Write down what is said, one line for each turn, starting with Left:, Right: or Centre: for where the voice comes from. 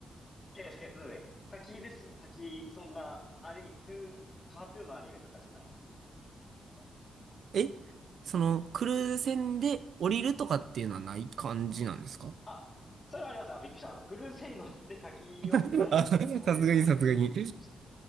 Left: いやいや、だって滝ですよ。滝、そんな、アニ、トゥー、カートゥーンのアニメとかじゃないんで。トムとジェリー
Right: え、その、クルーズ船で降りるとかっていうのはない感じなんですか
Left: あ、それはあります。あ、びっくりした。あの、クルーズ船に乗って滝を下るとかそういうお話なのかと思いまして。
Right: <laughs> あ、さすがにさすがに。